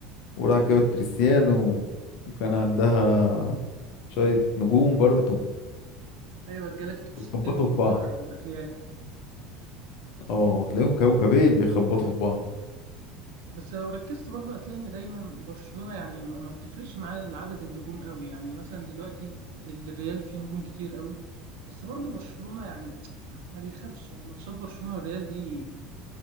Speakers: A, on the left; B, on the right.
A: وراح جابت كريستيانو وكان عندها شوية نجوم برضو
B: أيوة الجالاكتيكوس
A: بيخبطوا
B: التاني
A: في
B: بتاع
A: بعض
B: الريال
A: اه وتلاقيهم كوكبين بيخبطوا في بعض
B: بس لو ركزت برضه هتلاقي ان دايما برشلونة يعني ما ما بتفرقش معاه عدد النجوم قوي يعني مثلا دلوقتي الريال فيه نجوم كتير قوي بس برضه برشلونة يعني ما ما بيخافش يعني ماتشات برشلونة والريال دي